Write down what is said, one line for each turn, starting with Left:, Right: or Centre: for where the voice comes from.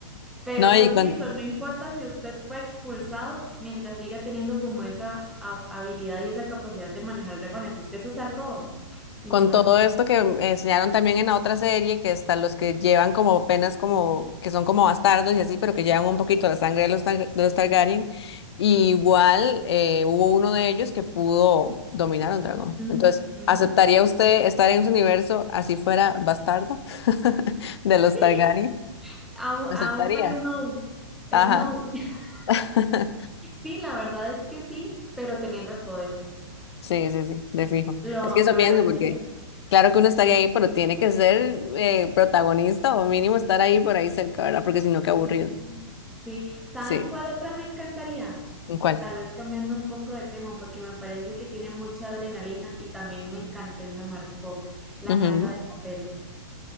Centre: pero
Left: No,
Centre: creo
Left: y con,
Centre: que eso, no importa si usted fue expulsado mientras siga teniendo como esa ha- habilidad y esa capacidad de manejar dragones. Es que eso es algo inimaginable.
Left: con todo esto que enseñaron también en la otra serie, que están los que llevan como penas como, que son como bastardos y así, pero que llevan un poquito la sangre de los, Tar- de los Targaryen. Y igual eh, hubo uno de ellos que pudo dominar a un dragón.
Centre: Ujú,
Left: Entonces,
Centre: ujú.
Left: ¿aceptaría usted estar en ese universo así fuera bastarda <laughs> de los
Centre: Sí,
Left: Targaryen?
Centre: aún,
Left: ¿Lo aceptaría?
Centre: aún para Snow. Snow.
Left: Ajá.
Centre: <laughs>
Left: <laughs>
Centre: Sí, la verdad es que sí, pero teniendo el poder.
Left: Sí, sí, sí, de fijo.
Centre: Lo,
Left: Es que eso
Centre: la
Left: pienso
Centre: verdad
Left: porque
Centre: es que lo,
Left: claro que uno estaría ahí, pero tiene que ser eh, protagonista o mínimo estar ahí por ahí cerca, ¿verdad? Porque si no, qué aburrido.
Centre: sí. Sí. ¿Saben
Left: Sí.
Centre: cuál otra me encantaría?
Left: ¿En cuál?
Centre: Tal vez cambiando un poco de tema, porque me parece que tiene mucha adrenalina y también me encantó y me marcó La
Left: Ujú.
Centre: Casa de Papel.